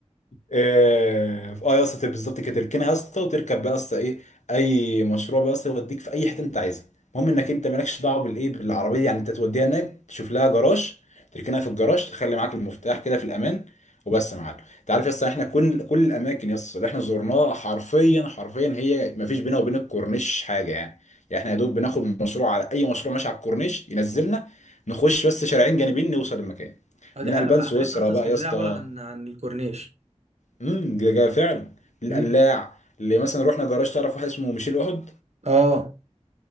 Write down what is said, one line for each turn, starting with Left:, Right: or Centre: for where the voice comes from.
Left: اه آه يا اسطى تبقى بالظبط كده تركنها يا اسطى وتركب بقى يا اسطى ايه اي مشروع بقى يا اسطى يوديك في اي حته انت عايزها المهم انك انت مالكش دعوه بالايه بالعربيه يعني انت توديها هناك تشوف لها جراج تركنها في الجراج تخلي معاك المفتاح كده في الامان وبس يا معلم انت عارف يا اسطى احنا كل كل الاماكن يا اسطى اللي احنا زرناها حرفيا حرفيا هي ما فيش بينها وبين الكورنيش حاجه يعني يعني احنا يا دوب بناخد مشروع على اي مشروع ماشي على الكورنيش ينزلنا نخش بس شارعين جانبين نوصل المكان
Right: اه دي
Left: من
Right: حقيقة
Left: البان
Right: انا
Left: سويسرا
Right: بحس اصلا
Left: بقى
Right: اسكندريه
Left: يا اسطى
Right: عباره عن عن الكورنيش
Left: امم ده جا فعلا القلاع
Right: امم
Left: اللي مثلا رحنا جراج تعرف واحد اسمه ميشيل احد
Right: اه